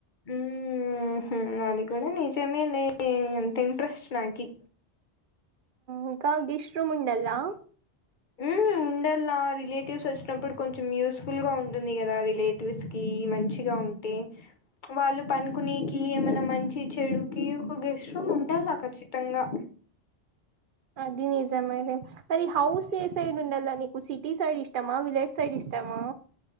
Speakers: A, on the left (about 50°); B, on the right (about 55°).
A: ఉ అది కూడాడ నిజ మే ఎంత ఇంట్రెస్ట్ నాక
B: ఇంకా గ ఇ శ్రుముండలా
A: ఉ ఉండాలలా రిలేటివ్స్ వచ్చినప్పుడు కొంచెం యూస్ఫుల్ గా ఉంటుంది కదా రిలేటివ్స్ కి మంచిగా ఉంటే వాళ్ళు పనుకునేకి ఏమైనా మంచి చెడుకి ఒక గెస్ట్ రూమ్ ఉండాల ఖచ్చితంగా
B: దనిజా మరి మరి హౌస్ ఏ సైడ్ ఉండాల నకు టి సైడ్ ఇష్టమా విలేజ్ సైడ్ ఇష్టమా